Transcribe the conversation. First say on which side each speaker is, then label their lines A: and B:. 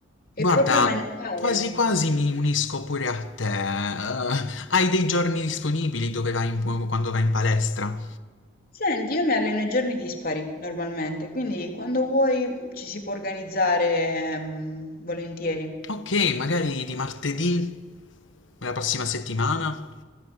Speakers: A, on the left; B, on the left.
A: è
B: Guarda,
A: proprio mentale.
B: quasi quasi mi unisco pure a te. Eh, hai dei giorni disponibili dove vai in- quando vai in palestra?
A: Senti, io mi alleno i giorni dispari normalmente, quindi quando vuoi ci si può organizzare, ehm, volentieri.
B: Ok, magari di martedì, la prossima settimana.